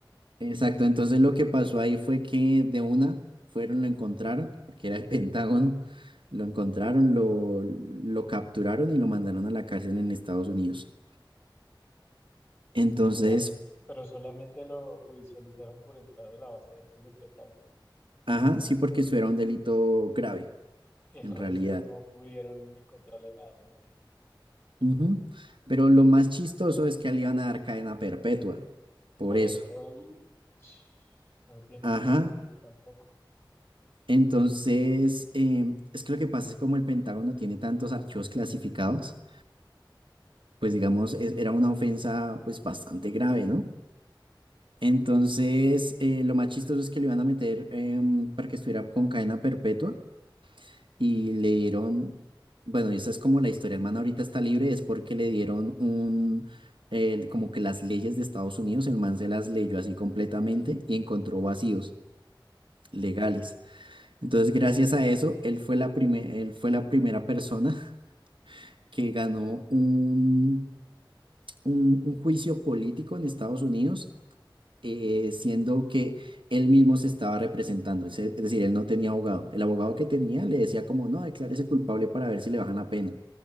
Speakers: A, on the right (about 80°); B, on the left (about 25°).
A: Exacto, entonces lo que pasó ahí fue que de una fueron, lo encontraron, porque era el <laughs> Pentágono, lo encontraron, lo, lo capturaron y lo mandaron a la cárcel en Estados Unidos. Entonces,
B: Y ya. Pero solamente lo judicializaron por entrar a la base de datos del Pentágono.
A: ajá, sí, porque eso era un delito grave,
B: El
A: en
B: resto
A: realidad.
B: no pudieron encontrarle nada, me imagino.
A: Ujú. Pero lo más chistoso es que a él le iban a dar cadena perpetua, por
B: Por
A: eso.
B: entrar, al- eso no tiene
A: Ajá.
B: ningún sentido tampoco.
A: Entonces, em, es que lo que pasa es que como el Pentágono tiene tantos archivos clasificados, pues digamos, es- era una ofensa pues bastante grave, ¿no? Entonces, eh, lo más chistoso es que le iban a meter em, para que estuviera con cadena perpetua, y le dieron, bueno, y esa es como la historia, el man ahorita está libre, es porque le dieron un, el- como que las leyes de Estados Unidos, el man se las leyó así completamente y encontró vacíos legales. Entonces, gracias a eso, él fue la prime- él fue la primera persona <laughs> que ganó un, un- un juicio político en Estados Unidos, eh, siendo que él mismo se estaba representando, es es decir, él no tenía abogado. El abogado que tenía le decía como, no, declárese culpable para ver si le bajan la pena.